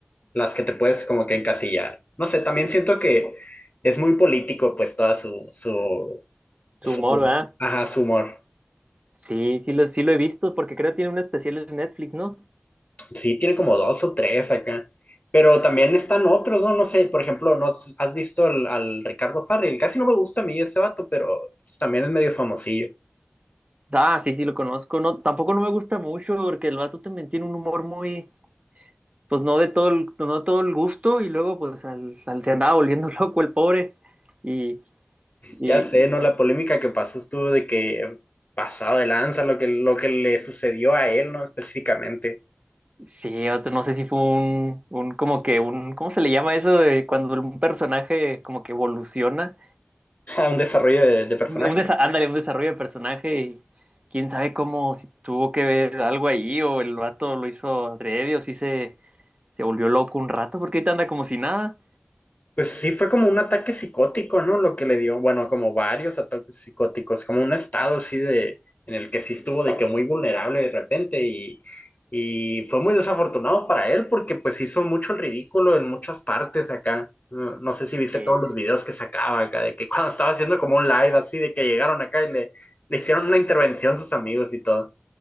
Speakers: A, on the left; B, on the right.
A: las que te puedes como que encasillar. No sé, también siento que es muy político, pues, toda su, su,
B: Su
A: su,
B: humor, ¿verdad?
A: ajá, su humor.
B: Sí, sí lo, sí lo he visto porque creo que tiene un especial en Netflix, ¿no?
A: Sí, tiene como dos o tres acá. Pero también están otros, ¿no? No sé, por ejemplo, ¿no has has visto al, al Ricardo Farril? Casi no me gusta a mí ese vato, pero pues, también es medio famosillo.
B: Ah, sí, sí, lo conozco. No, tampoco no me gusta mucho porque el vato también tiene un humor muy, pues no de todo el, no de todo el gusto y luego pues al, al se andaba volviendo <laughs> loco el pobre. Y, y
A: Ya sé, ¿no? La polémica que pasó estuvo de que pasado de lanza, lo que, lo que le sucedió a él, ¿no? Específicamente,
B: sí, vato, no sé si fue un, un, como que un, ¿cómo se le llama eso de cuando un personaje como que evoluciona?
A: <laughs> a un desarrollo de, de personaje.
B: Un, un desa- ándale, un desarrollo de personaje y quién sabe cómo, si tuvo que ver algo ahí o el vato lo hizo adrede o si se, se volvió loco un rato porque ahorita anda como si nada.
A: Pues sí, fue como un ataque psicótico, ¿no? Lo que le dio, bueno, como varios ataques psicóticos, como un estado así de, en el que sí estuvo de que muy vulnerable de repente y, y fue muy desafortunado para él porque pues hizo mucho el ridículo en muchas partes acá. No, no sé si viste
B: Eh,
A: todos los videos que sacaba acá, de que cuando estaba haciendo como un live así, de que llegaron acá y le, le hicieron una intervención sus amigos y todo.